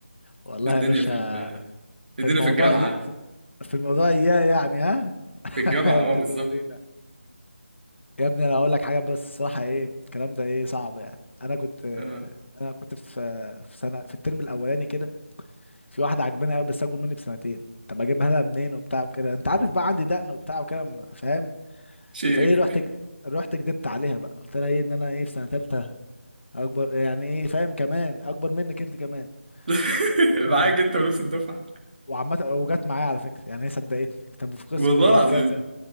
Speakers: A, on the left; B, on the right.
A: والله
B: إيه الدنيا
A: يا باشا
B: في ال... إيه الدنيا
A: في الموضوع
B: في الجامعه
A: دي في الموضوع اياه يعني ها <laughs>
B: في الجامعه
A: يا ابن
B: اه بالظبط
A: اللذينه يا ابني انا اقول لك حاجه بس الصراحه ايه الكلام ده ايه صعب يعني انا كنت
B: آه.
A: انا كنت في في سنه في الترم الاولاني كده في واحده عجباني قوي بس اكبر مني بسنتين طب اجيبها لها منين وبتاع وكده انت عارف بقى عندي دقن وبتاع وكده ما- فاهم
B: شيخ
A: فايه رحت رحت كدبت عليها بقى قلت لها ايه ان انا ايه في سنه ثالثه اكبر يعني ايه فاهم كمان اكبر منك انت كمان
B: <laughs>
A: و...
B: معاك انت ونفس الدفعه
A: وعامه وجت معايا على فكره يعني هي صدقتني طب في قسم
B: والله
A: ايه
B: العظيم
A: في كذا